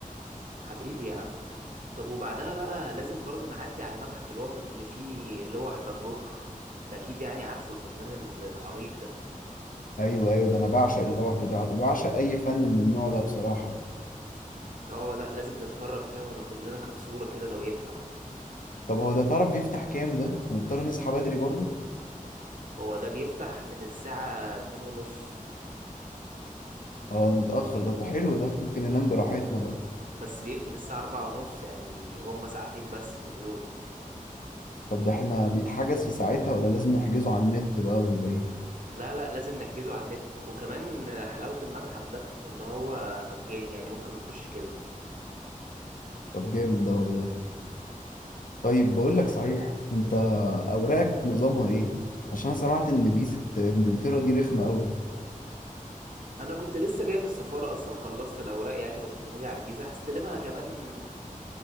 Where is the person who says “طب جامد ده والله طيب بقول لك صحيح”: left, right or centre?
Left